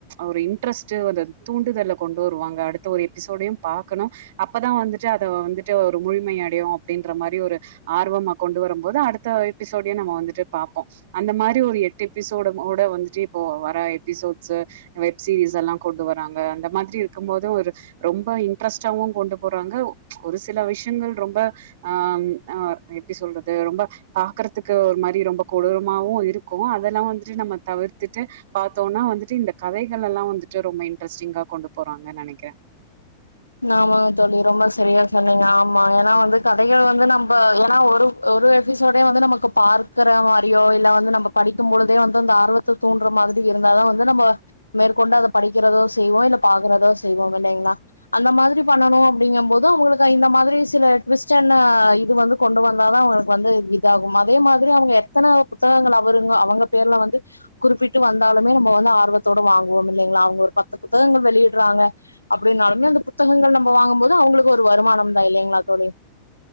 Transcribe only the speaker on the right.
ஒரு இன்ட்ரெஸ்ட்டு அந்த தூண்டுதல கொண்டு வருவாங்க அடுத்த ஒரு எபிசோடையும் பாக்கணு அப்பதா வந்துட்டு அத வந்துட்டு ஒரு முழுமைய அப்டியே அப்டின்ற மாரி ஒரு ஆர்வம் மா கொண்டு வரு போது அடுத்த எபிசோடையு நம்ம வந்துட்டு பாப்போ அந்த மாரி ஒரு எட்டு எபிசோட ஓட வந்துட்டு இப்போ வர எபிசோட்ஸ்ச வெப் சீரிஸ் எல்லா கொண்டு வராங்க அந்த மாதிரி இருக்கு போது ஒரு ரொம்போ இன்ட்ரெஸ்ட்டாவு கொண்டு போறாங்க ஒரு சில விஷயங்கள் ரொம்ப அ ம் அ எப்டி சொல்றது ரொம்ப பாக்குறதுக்கு ஒரு மாரி ரொம்ப கொடூரமாவு இருக்கோ அதெல்லா வந்துட்டு நம்ம தவிர்த்துட்டு பாத்தோன்னா வந்துட்டு இந்த கதைகள்லல்லா வந்துட்டு ரொம்ப இன்டரஸ்டிங்கா கொண்டு போறாங்கனு நெனைக்கிறே